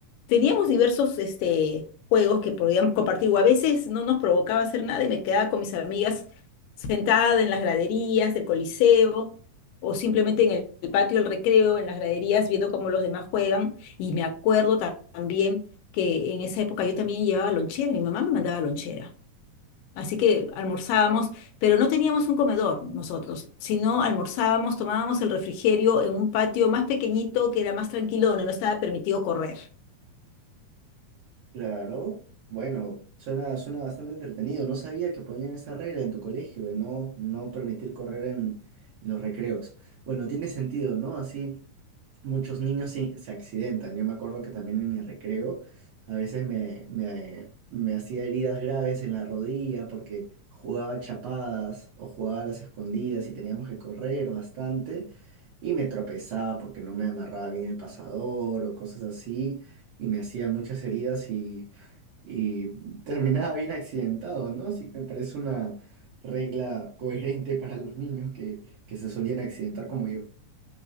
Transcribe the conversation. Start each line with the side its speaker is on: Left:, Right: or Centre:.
Left: teníamos diversos este, juegos que podíamos compartir, o a veces no nos provocaba hacer nada y me quedaba con mis amigas sentada en las graderías del Coliseo, o simplemente en el, el patio del recreo, en las graderías, viendo cómo los demás juegan. Y me acuerdo ta- también que en esa época yo también llevaba lonchera, mi mamá me mandaba lonchera. Así que almorzábamos, pero no teníamos un comedor nosotros, sino almorzábamos, tomábamos el refrigerio en un patio más pequeñito que era más tranquilo, donde no estaba permitido correr.
Right: Claro, bueno, suena, suena bastante entretenido. No sabía que ponían esa regla en tu colegio de no, no permitir correr en los recreos. Bueno, tiene sentido, ¿no? Así muchos niños sí se accidentan. Yo me acuerdo que también en mi recreo a veces me, me, me hacía heridas graves en la rodilla porque jugaba chapadas o jugaba a las escondidas y teníamos que correr bastante y me tropezaba porque no me amarraba bien el pasador o cosas así y me hacía muchas heridas y, y <laughs> terminaba bien accidentado, ¿no? Así que me parece una regla coherente para los niños que, que se solían accidentar como yo.